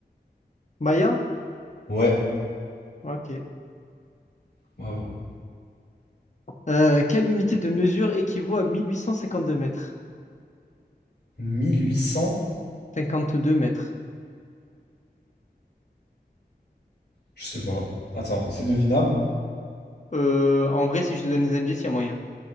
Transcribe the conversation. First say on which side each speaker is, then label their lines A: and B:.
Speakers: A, on the left; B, on the left.
A: Maya?
B: Ouais,
A: Ok.
B: bravo.
A: Euh, quelle unité de mesure équivaut à 1852 mètres?
B: 1800?
A: cinquante deux mètres.
B: Je sais pas. Attends, c'est devinable?
A: Euh, en vrai, si je te donne des indices, il y a moyen.